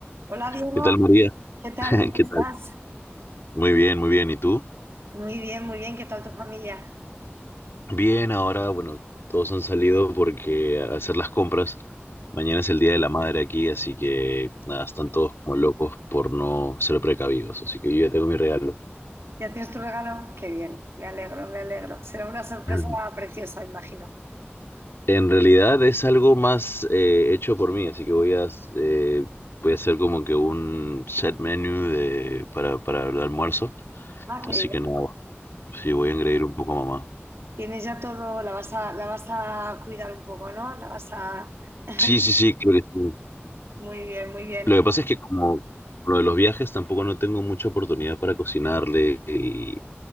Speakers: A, on the right; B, on the left.
A: Hola Diego,
B: ¿Qué tal, María?
A: ¿qué tal?
B: <laughs>
A: ¿Cómo
B: ¿Qué
A: estás?
B: tal? Muy bien, muy bien. ¿Y tú?
A: Muy bien, muy bien. ¿Qué tal tu familia?
B: Bien, ahora, bueno, todos han salido porque a hacer las compras. Mañana es el Día de la Madre aquí, así que nada, están todos como locos por no ser precavidos. Así que yo ya tengo mi regalo.
A: ¿Ya tienes tu regalo? Qué bien, me alegro, me alegro. Será una sorpresa
B: <laughs> Ujú.
A: preciosa, imagino.
B: En realidad es algo más eh, hecho por mí, así que voy a, eh, voy a hacer como que un set menu de, para, para el almuerzo.
A: Ah, qué
B: Así
A: bien.
B: que nada, sí, voy a engreír un poco a mamá.
A: Tienes ya todo, la vas a, la vas a cuidar un poco, ¿no? La vas a... <laughs>
B: Sí, sí, sí, creo que sí.
A: Muy bien, muy bien.
B: Lo que pasa es que como lo de los viajes tampoco no tengo mucha oportunidad para cocinarle y,